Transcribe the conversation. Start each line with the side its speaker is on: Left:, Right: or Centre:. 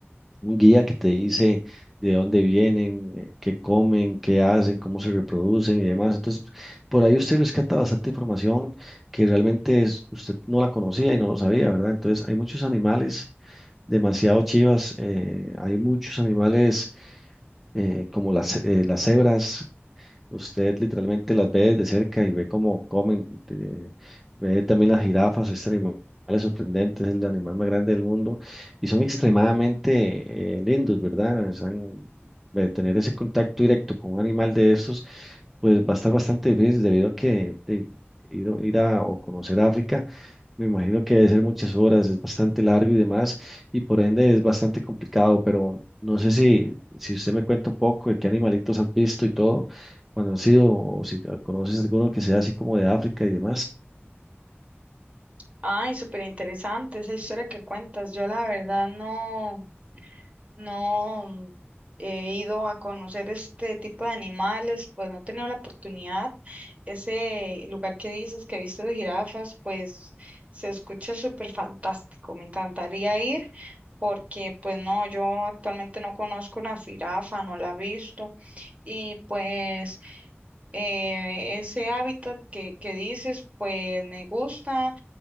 Centre: un guía que te dice de dónde vienen, eh, qué comen, qué hacen, cómo se reproducen y demás. Entonces, por ahí usted rescata bastante información que realmente es- usted no la conocía y no lo sabía, ¿verdad? Entonces, hay muchos animales demasiado chivas, eh, hay muchos animales eh, como las, eh, las cebras, Usted literalmente las ve de cerca y ve cómo comen, eh, ve también las jirafas, este animal es sorprendente, es el animal más grande del mundo y son extremadamente eh, lindos, ¿verdad? Están- ve- tener ese contacto directo con un animal de estos, pues va a estar bastante difícil debido a que de, ir, ir a o conocer África me imagino que debe ser muchas horas, es bastante largo y demás, y por ende es bastante complicado, pero no sé si, si usted me cuenta un poco de qué animalitos has visto y todo, cuando has sido, o si conoces alguno que sea así como de África y demás.
Right: Ay, súper interesante esa historia que cuentas. Yo la verdad no, no he ido a conocer este tipo de animales, pues no he tenido la oportunidad. Ese lugar que dices que viste de jirafas, pues se escucha súper fantástico. Me encantaría ir porque pues no, yo actualmente no conozco una jirafa, no la he visto. Y pues eh, ese hábitat que, que dices, pues me gusta